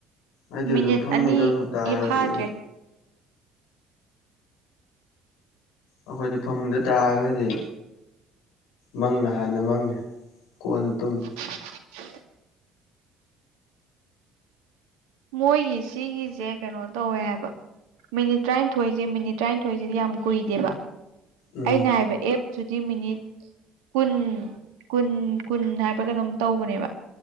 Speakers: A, on the left; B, on the right.
A: ꯑꯩꯗꯤ
B: ꯃꯤꯅꯤꯠ
A: ꯑꯗꯨꯝ ꯐꯝꯃꯨꯡꯗ
B: ꯑꯅꯤ
A: ꯑꯗꯨꯝ ꯇꯥꯉꯔꯗꯤ
B: ꯐꯥꯗ꯭ꯔꯦ
A: ꯑꯗꯨꯝ ꯑꯩꯈꯣꯏꯗꯤ ꯐꯃꯨꯡꯗ ꯇꯥꯒ꯭ꯔꯗꯤ ꯃꯪꯅ ꯍꯥꯟꯅ ꯃꯪꯉꯦ ꯀꯣꯟꯅ ꯇꯨꯝꯃꯤ
B: ꯎ <unintelligible> ꯃꯣꯏꯒꯤ ꯁꯤꯒꯤꯖꯦ ꯀꯩꯅꯣ ꯇꯧꯋꯦ ꯍꯥꯏꯕ ꯃꯤꯅꯤꯠ ꯇꯔꯥꯟꯊꯣꯏꯖꯦ ꯃꯤꯅꯤꯠ ꯇꯔꯥꯟꯊꯣꯏꯖꯤꯗꯤ ꯌꯥꯝ ꯀꯨꯏꯗꯦꯕ
A: ꯎꯝ
B: ꯑꯩꯅ ꯍꯥꯏꯕ ꯑꯦꯞ ꯗꯨꯗꯤ ꯃꯤꯅꯤꯠ ꯀꯨꯟ ꯀꯨꯟ ꯀꯨꯟ ꯍꯥꯏꯕ ꯀꯩꯅꯣꯝ ꯇꯧꯕꯅꯦꯕ